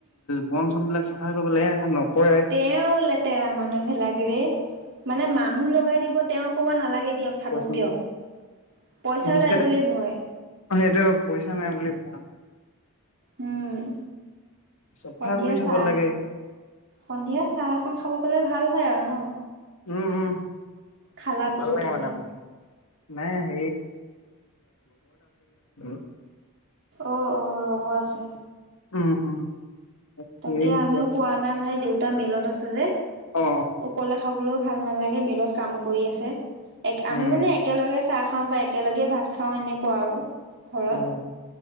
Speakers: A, on the left; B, on the right.
A: বন চন বিলাক চফাই কৰিব লাগে নকৰে।
B: তেওঁ লেতেৰা মানুহবিলাক ৰে মানে মানুহ লগাই দিব তেওঁ ক'ব নালাগে দিয়ক। থাকঁক
A: পইচা
B: দিয়ক। পইচা
A: <unintelligible>
B: যায় বুলি ভয়।
A: সেইটো অলপ পইচা নাই বুলি পোৱা
B: উ'ম
A: চাফা
B: সন্ধিয়া
A: কৰি থব
B: চাহ।
A: লাগে
B: সন্ধিয়া চাহ এখন খাব পালে ভাল হয় আৰু ন।
A: উম, উম,
B: খালা পিছে
A: ভাল লাগে
B: তুমি?
A: মানে। নাই হ <unintelligible>
B: অ' অ' লগৰ আছে।
A: উম, উম।
B: তাকে
A: সি
B: আমিও
A: গেম
B: খোৱা
A: খেলি
B: নাই
A: আছে।
B: মানে দেউতা মিলত আছে যে।
A: অ অ
B: অকলেও খাবলৈও ভাল নালাগে মিলত কাম কৰি আছে এক
A: উম
B: আমি মানে একেলগে চাহ খাওঁ বা একেলগে ভাত খাওঁ এনেকুৱা আৰু। ঘৰত
A: উম